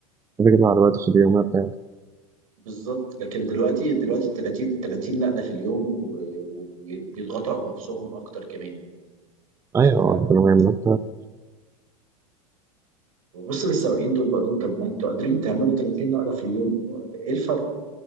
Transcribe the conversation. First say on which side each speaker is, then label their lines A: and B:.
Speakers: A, on the right; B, on the right.
A: كده كده العربية في اليوميه بتاعتي
B: <laughs> بالظبط لكن دلوقتي دلوقتي 30 30 نقلة في اليوم و- وبيضغطوا على نفسهم أكتر كمان ف
A: ايوه ربنا ما يعمل لك
B: ببص للسواقين دول بقول لهم طب ما انتوا قادرين تعملوا 30 نقلة في اليوم هو ايه الفرق